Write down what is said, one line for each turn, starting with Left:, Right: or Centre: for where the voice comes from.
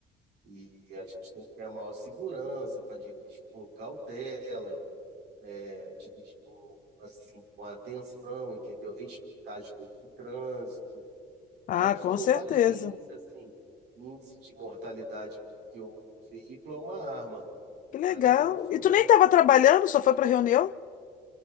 Right: E a gente tem que ter a maior segurança para dirigir com cautela, né? dirigir com, assim, com atenção, entendeu? Respeitar as leis de trânsito.
Left: Ah,
Right: Aí falou
Left: com certeza.
Right: vários índices, assim, índice de mortalidade, que o veículo é uma arma.
Left: Que
Right: Aí
Left: legal.
Right: tava falando,
Left: E tu nem estava trabalhando, só foi para reunião?